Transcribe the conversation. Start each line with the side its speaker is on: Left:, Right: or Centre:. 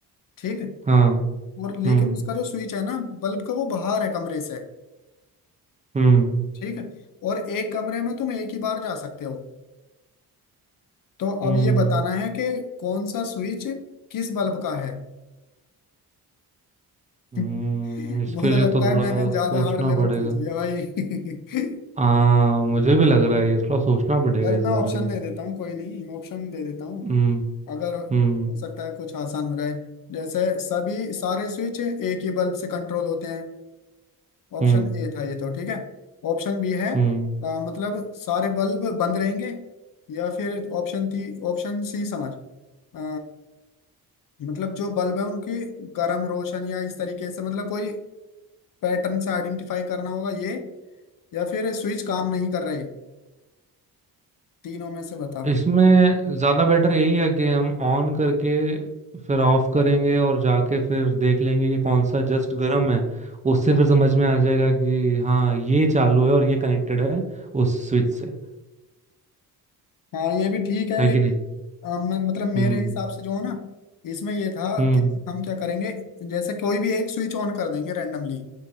Left: ठीक
Right: हाँ
Left: और लेकिन
Right: हम्म
Left: उसका जो स्विच है ना बल्ब का वो बाहर है कमरे से
Right: हम्म
Left: ठीक है, और एक कमरे में तुम एक ही बार जा सकते हो तो
Right: हम्म
Left: अब ये बताना है कि कौन सा स्विच किस बल्ब का है
Right: हम्म,
Left: <laughs>
Right: इसके
Left: मुझे
Right: लिए
Left: लगता
Right: तो थोड़ा
Left: है मैंने ज्यादा
Right: सोचना
Left: हार्ड लेवल
Right: पड़ेगा
Left: पूछ लिया भाई <laughs>
Right: आ मुझे भी लग रहा है ये थोड़ा सोचना पड़ेगा
Left: चल
Right: इस
Left: मैं
Right: बारे
Left: ऑप्शन
Right: में
Left: दे देता हूँ कोई नहीं ऑप्शन दे देता हूँ
Right: हम्म
Left: अगर
Right: हम्म
Left: हो सकता है कुछ आसान हो जाए जैसे सभी सारे स्विच एक ही बल्ब से कंट्रोल होते हैं ऑप्शन
Right: हम्म
Left: ए था ये तो ठीक है ऑप्शन बी है
Right: हम्म
Left: अ, मतलब सारे बल्ब बंद रहेंगे या फिर ऑप्शन थी ऑप्शन सी समझ अ, मतलब जो बल्ब है उनकी गर्म रोशन या इस तरीके से मतलब कोई पैटर्न से आइडेंटिफाई करना होगा ये या फिर स्विच काम नहीं कर रहे तीनों में से बताओ
Right: इसमें ज्यादा बेटर यही है कि हम ऑन करके फिर ऑफ करेंगे और जाके फिर देख लेंगे कि कौन सा जस्ट गर्म है उससे फिर समझ में आ जाएगा कि हाँ ये चालू है और ये कनेक्टेड है उस स्विच से
Left: हाँ ये भी ठीक है
Right: है
Left: लेकिन
Right: कि नहीं
Left: अ, मैं मतलब मेरे
Right: हम्म
Left: हिसाब से जो है ना इसमें ये था
Right: हम्म
Left: कि हम क्या करेंगे जैसे कोई भी एक स्विच ऑन कर देंगे रैंडमली